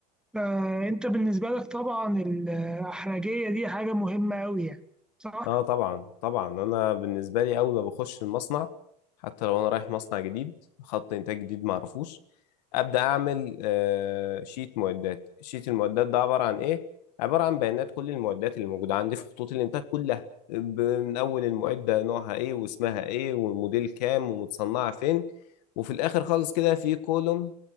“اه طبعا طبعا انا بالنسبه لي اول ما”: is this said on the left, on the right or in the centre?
Left